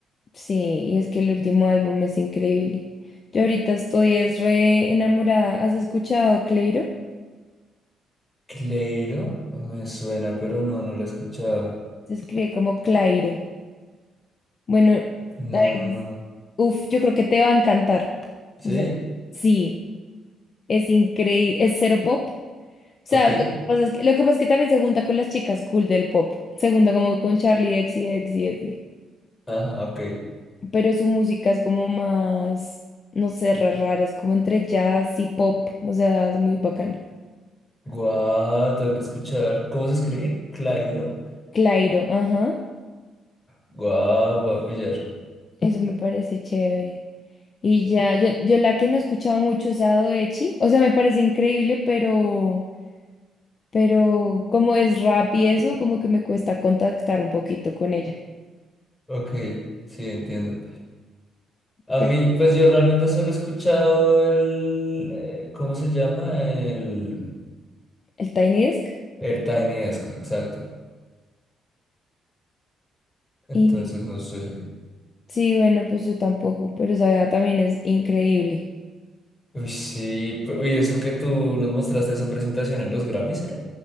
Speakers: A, on the left; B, on the left.
A: Sí, y es que el último álbum es increíble. Yo ahorita estoy es re enamorada. ¿Has escuchado a Cleiro?
B: Cleiro, me suena, pero no, no la he escuchado.
A: Se escribe como Clairo. Bueno, a
B: No,
A: ver,
B: no.
A: uf, yo creo que te va a encantar.
B: ¿Sí?
A: O sea, sí, es increíble, es cero pop. O sea,
B: Ok.
A: lo que pasa es que, lo que pasa es que también se junta con las chicas cool del pop. Se junta como con Charlie X y X y así.
B: Ajá, ok.
A: Pero su música es como más, no sé, re rara, es como entre jazz y pop. O sea, es muy bacana.
B: Guau, tengo que escuchar. ¿Cómo se escribe? Clairo.
A: Clairo, ajá.
B: Guau, voy a pillar.
A: Eso me parece chévere. Y ya, yo, yo la que no he escuchado mucho es Sado Echi, o sea, me parece increíble, pero, pero como es rap y eso, como que me cuesta contactar un poquito con ella.
B: Ok, sí, entiendo. A
A: Pero
B: mí, pues yo realmente solo he escuchado el, eh, ¿cómo se llama? El,
A: el Tiny Desk.
B: el Tiny Desk, exacto. Entonces,
A: Y
B: no sé.
A: sí, bueno, pues yo tampoco, pero esa vieja también es increíble.
B: Uy, sí, pero- uy, eso que tú nos mostraste esa presentación en los Grammys, ¿era?